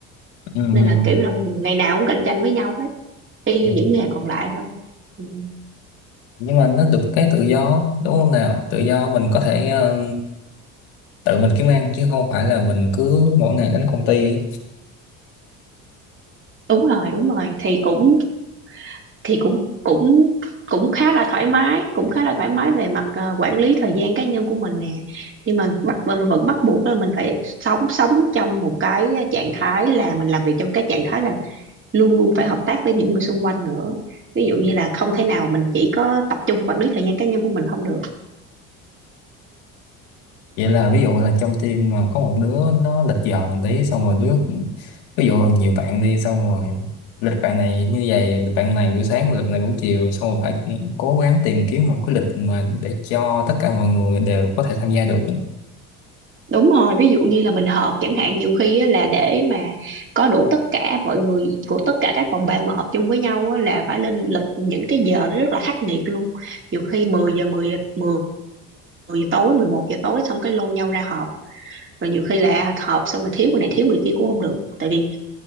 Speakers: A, on the left; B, on the right.
A: Ừ.
B: nên là kiểu là ngày nào cũng cạnh tranh với nhau hết y như
A: Ừ.
B: những nghề còn lại thôi ừ.
A: nhưng mà nó được cái tự do đúng không nào tự do mình có thể ờ, tự mình kiếm ăn chứ không phải là mình cứ mỗi ngày đến công ty
B: đúng rồi đúng rồi thì cũng thì cũng cũng cũng khá là thoải mái cũng khá là thoải mái về mặt ờ, quản lý thời gian cá nhân của mình nè nhưng mà bắt mà vẫn bắt buộc là mình phải sống sống trong một cái trạng thái là mình làm việc trong cái trạng thái là luôn luôn phải hợp tác với những người xung quanh nữa ví dụ như là không thể nào mình chỉ có tập trung quản lý thời gian cá nhân của mình không được
A: vậy là ví dụ là trong team mà có một đứa nó lịch giờ một tí xong rồi đứa ví dụ nhiều bạn đi xong rồi lịch bạn này như vậy lịch bạn này buổi sáng lịch này buổi chiều xong rồi phải cố gắng tìm kiếm một cái lịch mà để cho tất cả mọi người đều có thể tham gia được
B: đúng rồi ví dụ như là mình họp chẳng hạn nhiều khi á, là để mà có đủ tất cả mọi người của tất cả các phòng ban mà họp chung với nhau á, là phải lên lịch những cái giờ nó rất là khắc nghiệt luôn nhiều khi 10 giờ 10 giờ 10 giờ tối 11 giờ tối xong cái lôi nhau ra họp rồi nhiều khi là họp xong rồi thiếu người này thiếu người kia cũng không được tại vì